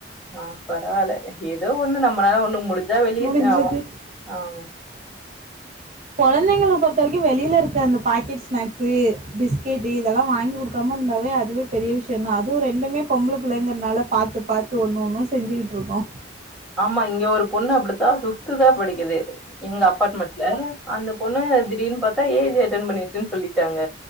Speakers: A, in the centre; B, on the right.
A: அ பரவால்ல ஏதோ ஒண்ணு நம்மளால ஒண்ணு முடிஞ்சா வெளிய
B: முடிஞ்சது
A: ஆம்மா ஆ
B: கொழந்தைங்களுக் பொறுத்த வரைக்கு வெளியில இருக்க அந்த பாக்கெட் ஸ்நாக்ஸ்ஸு பிஸ்கெட் இதெல்லா வாங்கிகுடுக் கம்மன்னாவே அதுவே பெரிய விஷ்யன்னா அதூ ரெண்டுமே பொம்பள பிள்ளைங்கனால பாத்து பாத்து ஒண்ணு ஒன்னு செஞ்சுகிட்ருக்கோ
A: ஆம்மா இங்க ஒரு பொண்ணு அப்புடித்தா ஃபித்து தா படிக்குது எங்க அப்பார்ட்மெட்ல அந்த பொண்ணு திடீன்னு பாத்தா ஏஜ் அட்டன் பண்ணிருச்சுன் சொல்லிட்டாங்க